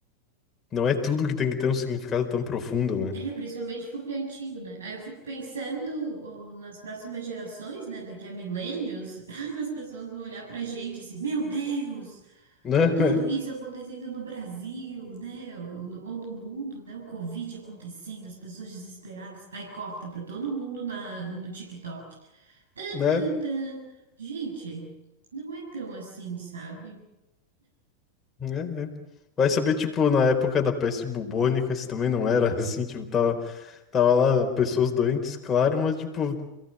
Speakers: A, on the left (about 20°); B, on the right (about 70°).
A: Não é tudo que tem que ter um significado tão profundo, né?
B: É, principalmente porque é antigo, né? Aí eu fico pensando ó, nas próximas gerações, né? Daqui a milênios, <laughs> as pessoas vão olhar pra gente assim, meu Deus!
A: Né?
B: Tudo isso acontecendo no Brasil, né? Ou no, ou no mundo, né? O Covid acontecendo, as pessoas desesperadas. Aí corta pra todo mundo na, no TikTok. Tan,
A: Né?
B: tan, tan. Gente, não é tão assim, sabe?
A: Né? Né? Vai saber, tipo, na época da peste bubônica, se também não era <laughs> assim, tipo, tava, tava lá pessoas doentes, claro, mas, tipo,